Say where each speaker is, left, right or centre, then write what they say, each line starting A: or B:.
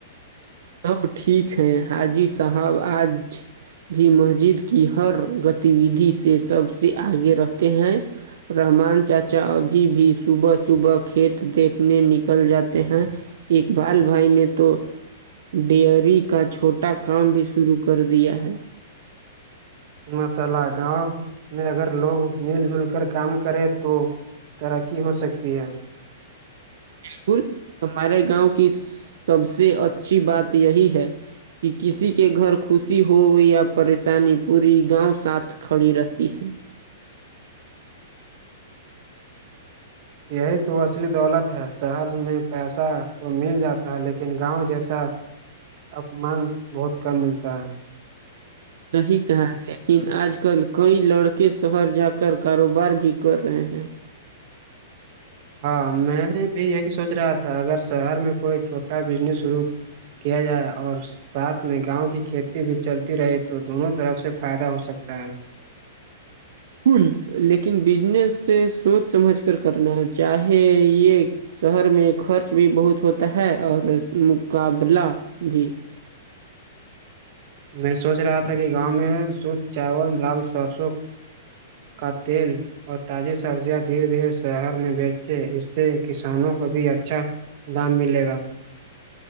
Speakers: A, on the right; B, on the right.
A: سب ٹھیک ہے حاجی صاحب آج بھی مسجد کی ہر گتی ودھی سے سب سے آگے رہتے ہیں رحمان چاچا ابھی بھی صبح صبح کھیت دیکھنے نکل جاتے ہیں اقبال بھائی نے تو ڈیئری کا چھوٹا کام بھی شروع کردیا ہے
B: ماشاءاللہ گاؤں میں اگر لوگ مل جل کر کام کرے تو ترقی ہوسکتی ہے
A: بالکل تمہارے گاؤں کی سب سے اچھی بات یہی ہے کی کسی کے گھر خوشی ہو یا پریشانی پوری گاؤں ساتھ کھڑی رہتی ہے
B: یہی تو اصلی دولت ہے شہر میں پیسہ تو مل جاتا ہے لیکن گاؤں جیسا اپمان بہت کم ملتا ہے
A: صحیح کہا ہے لیکن آج کل کئی لڑکے شہر جا کر کاروبار بھی کررہے ہیں
B: ہاں میں نے بھی یہی سوچ رہا تھا اگر شہر میں کوئی چھوٹا بزنس شروع کیا جائے اور ساتھ میں گاؤں کی کھیتی بھی چلتی رہے تو دونوں طرف سے فائدہ ہوسکتا ہے
A: کول لیکن بزنس سے سوچ سمجھ کر کرنا چاہے یے شہر میں خرچ بھی بہت ہوتا ہے اور مقابلہ بھی
B: میں سوچ رہا تھا کی گاؤں میں شدھ چاول دال سرسوں کا تیل اور تازی سبزیاں دھیرے دھیرے شہر میں بیچے اس سے کسانوں کو بھی اچھا دام ملے گا